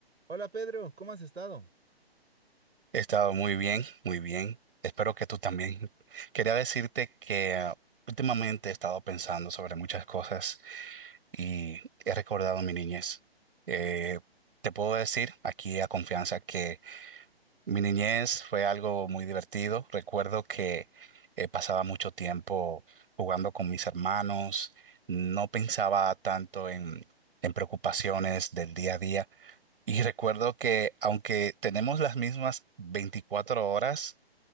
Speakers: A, on the right; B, on the right.
A: Hola Pedro, ¿cómo has estado?
B: He estado muy bien, muy bien. Espero que tú también. Quería decirte que eh, últimamente he estado pensando sobre muchas cosas y he recordado mi niñez. Eh, te puedo decir aquí a confianza que mi niñez fue algo muy divertido. Recuerdo que eh, pasaba mucho tiempo jugando con mis hermanos. No pensaba tanto en, en preocupaciones del día a día. Y recuerdo que aunque tenemos las mismas 24 horas,